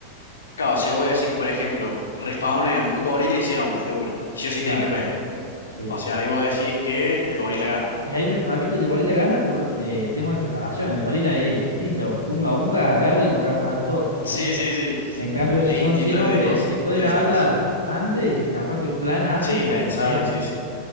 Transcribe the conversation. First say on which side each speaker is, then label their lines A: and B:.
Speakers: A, on the left; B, on the left.
A: Claro, o sea, voy a decir que, por ejemplo, respawnean un gorila y 100 hombres de una, y sí o sí
B: Claro,
A: tienen que pelear.
B: sí.
A: O sea, ahí vos decís que el gorila
B: Y,
A: gana.
B: y ahí me- para mí que el gorila gana por eh, tema de preparación. El gorila es instinto, unga unga, agarra y los caga a palo todo, ¿entendés?
A: Sí, sí, sí,
B: En cambio, son
A: es instinto
B: 100 hombres
A: de cosas,
B: que pueden
A: de defenderse.
B: hablar antes, capaz que un plan hacen
A: Sí,
B: y
A: pensar,
B: entre 100.
A: sí, sí.